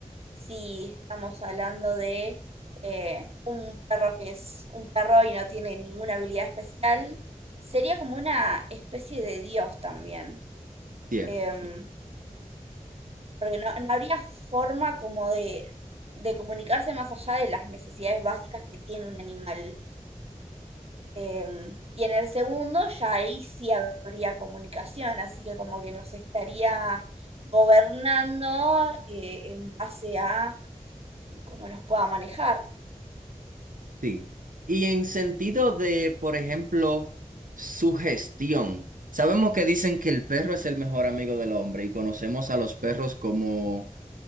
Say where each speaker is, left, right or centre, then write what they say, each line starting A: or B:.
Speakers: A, on the right; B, on the right.
A: si estamos hablando de eh, un perro que es un perro y no tiene ninguna habilidad especial, sería como una especie de dios también,
B: Cierto.
A: em, porque no, no habría forma como de, de comunicarse más allá de las necesidades básicas que tiene un animal. Em, y en el segundo ya ahí sí habría comunicación, así que como que nos estaría gobernando eh, en base a cómo nos pueda manejar.
B: Sí. Y en sentido de, por ejemplo, su gestión. Sabemos que dicen que el perro es el mejor amigo del hombre y conocemos a los perros como